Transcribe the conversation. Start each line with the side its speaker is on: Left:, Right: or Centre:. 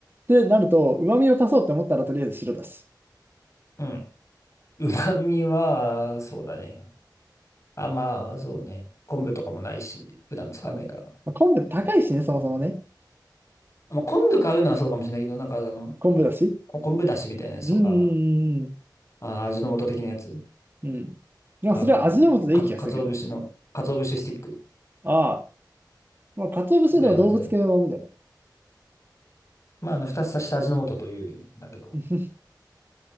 Right: てなると、旨味を足そうって思ったら、とりあえず白だし。
Left: うん。旨味は、そうだね。あ、まあ、そうね。昆布とかもないし、普段使わないから。
Right: なるほどまあ、昆布高いしね、そもそもね。
Left: まあ、昆布買うのはそうかもしれないけど、なんかあの、
Right: 昆布だし。
Left: こ昆布だしみたいなやつとか、
Right: うんうん
Left: あ、味の素的なやつ。
Right: うんうん。うん。まあ、
Left: あの、
Right: それは味の素でいい気がするけどね。
Left: かつ、かつお節の、かつお節スティック。
Right: ああ、まあ、鰹節では動物系のみたいな。
Left: で、あじゃあまあ、あの、二つ足した味の素というんだけど、
Right: <laughs>